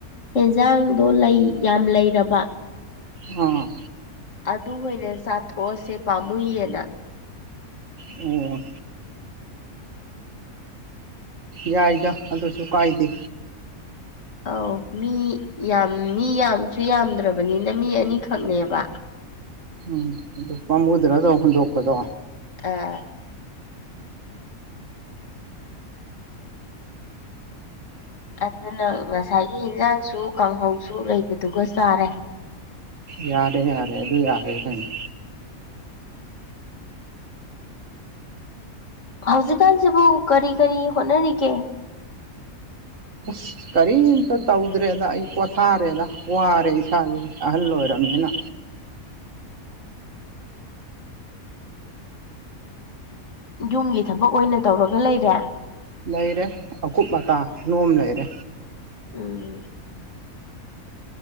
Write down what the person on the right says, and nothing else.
ꯑꯥ
ꯑꯣ ꯌꯥꯏꯗ ꯑꯗꯨꯁꯨ ꯀꯥꯏꯗꯦ
ꯎꯝ ꯑꯗꯨꯣ ꯄꯥꯝꯃꯨꯗ꯭ꯔꯗ ꯍꯨꯟꯗꯣꯛꯄꯗꯣ
ꯌꯥꯔꯦ ꯌꯥꯔꯦ ꯑꯗꯨ ꯌꯥꯔꯦ ꯀꯩꯅꯣ
ꯑꯁ ꯀꯔꯤꯝꯇ ꯇꯧꯗ꯭ꯔꯦꯗ ꯑꯩ ꯄꯣꯊꯥꯔꯦꯗ ꯋꯥꯔꯦ ꯏꯁꯥꯥꯁꯦ ꯑꯍꯜ ꯑꯣꯏꯔꯕꯅꯤꯅ
ꯂꯩꯔꯦ ꯑꯀꯨꯞ ꯑꯇꯥ ꯅꯣꯝ ꯂꯩꯔꯦ